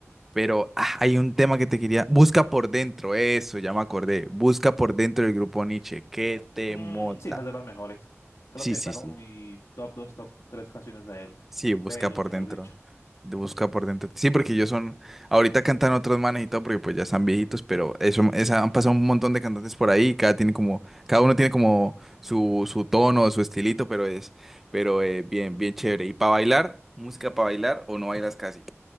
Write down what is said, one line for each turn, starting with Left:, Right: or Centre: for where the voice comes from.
Centre: Pero ah, hay un tema que te quería. Busca por dentro, eso, ya me acordé. Busca por dentro del grupo Nietzsche. ¿Qué te
Left: Mm,
Centre: mota?
Left: sí, esa es de las mejores. Creo
Centre: Sí,
Left: que está
Centre: sí,
Left: como
Centre: sí.
Left: mi top 2, top 3 canciones de él.
Centre: Sí, busca
Left: De ellos,
Centre: por
Left: mejor
Centre: dentro.
Left: dicho.
Centre: de Busca por dentro. Sí, porque ellos son. Ahorita cantan otros manes y todo, porque pues ya están viejitos, pero eso, esa- han pasado un montón de cantantes por ahí. Cada tiene como, cada uno tiene como su, su tono, su estilito, pero es, pero eh, bien, bien chévere. ¿Y para bailar? ¿Música para bailar o no bailas casi?